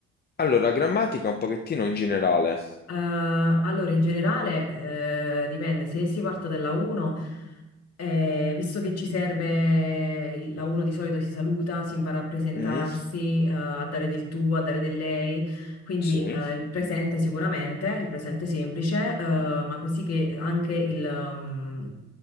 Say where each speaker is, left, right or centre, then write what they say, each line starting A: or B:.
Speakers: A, on the left (about 35°); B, on the left (about 55°).
A: Allora, grammatica un pochettino in generale.
B: Eh, allora, in generale, eh, dipende, se si parte dalla 1, eh, visto che ci serve, il- la 1 di solito si saluta, si impara a presentarsi,
A: Mm,
B: eh, a dare del tu, a dare del lei, quindi
A: sì.
B: eh, il presente sicuramente, il presente semplice, eh, ma così che anche il, um,